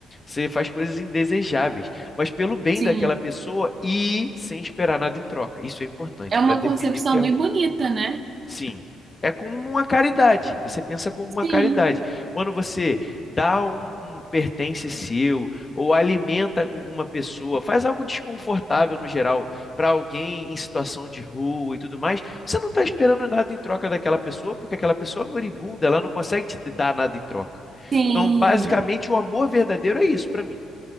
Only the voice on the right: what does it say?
Sim,
é
uma
concepção
bem bonita, né?
Sim,
sim,